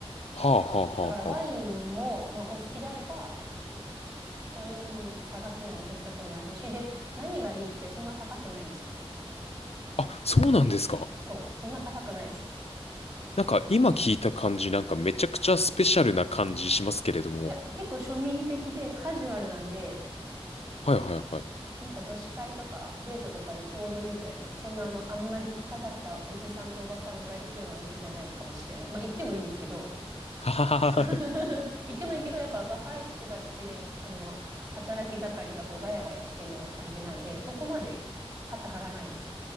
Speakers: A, on the left (about 80°); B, on the right (about 35°).
A: はあはあはあは
B: だからワインも、まあ、お好きであれば、ワイン探すのも手伝ってもらえるし、で、何がいいってそんな高くないんですよ。
A: あ。あ、そうなんですか。
B: そう、そんな高くないです。
A: なんか、今聞いた感じ、なんかめちゃくちゃスペシャルな感じしますけれども。
B: いや、結構庶民的でカジュアルなんで、
A: はいはいはい。
B: なんか女子会とかデートとかでちょうどいいぐらいです。そんなあの、あんまり着飾ったおじさんとおばさんが行くようなお店じゃないかもしれない。まあ行ってもいいんですけど、
A: はははは。
B: <laughs> 行ってもいいけど、やっぱ若い子たちで、ね、あの、働き盛りがこうガヤガヤしてるような感じなんで、そこまで肩張らないです。